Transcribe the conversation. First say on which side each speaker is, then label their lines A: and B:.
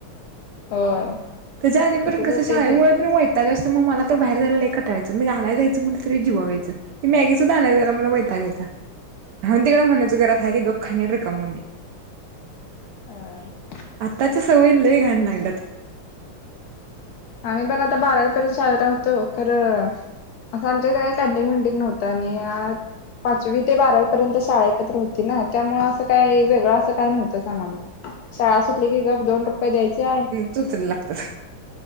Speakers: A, on the left; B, on the right.
A: होय.
B: त्याच्या आधीपर्यंत
A: तसच
B: कसं
A: होतंय
B: शाळेमुळं
A: ते
B: पण त्यावेळेस तर मग मला तर बाहेर जायला लई कंटाळा यायचं मी आणायला जायचं म्हटलं तरी जिवावर यायचं. ती मॅगी सुद्धा आणायला जायला मला वैताग यायचा, राहून तिकडे म्हणायचं घरात आहे ते गप खाणे आणि रिकामे होणे.
A: हा.
B: आताच्या सवयी लई घाण लागल्यात.
A: आम्ही पण आता बारावीपर्यंत शाळेला होतो खरं आता आमच्या घरात <unintelligible> नव्हतं आणि आज पाचवी ते बारावीपर्यंत शाळा एकत्र होती ना, त्यामुळे असं काय वेगळं असं काय नव्हतंच आम्हाला. शाळा सुटली की गप दोन रुपये द्यायचे आई.
B: चोचले लागतात,